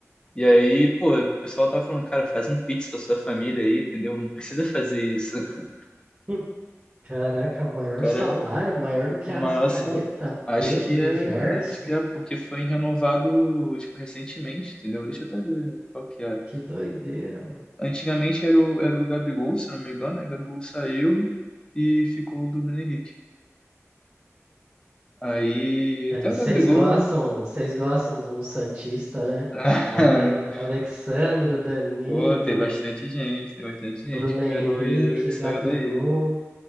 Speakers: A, on the left; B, on the right.
A: E aí, pô, o pessoal tá falando, cara, faz um pix pra sua família aí, entendeu? Não precisa <laughs> fazer isso. O
B: Hum. Caraca, maior
A: cara,
B: salário, maior do que
A: é o
B: Arrascaeta,
A: maior salário. Acho
B: Pedro,
A: que é,
B: Gerson.
A: cara, acho que é porque foi renovado, tipo, recentemente, entendeu? Deixa eu até ver qual que é.
B: Que doideira, mano.
A: Antigamente era o, era o Gabigol, se não me engano, aí o Gabigol saiu e ficou o do Bruno Henrique. Aí
B: É,
A: até
B: vocês
A: o Gabigol.
B: gostam, vocês gostam de um Santista, né?
A: <laughs>
B: Ale Alexandro, Danilo,
A: Pô, tem bastante gente, tem bastante gente
B: Bruno
A: que
B: Henrique,
A: virou ídolo que saiu
B: Gabigol.
A: daí.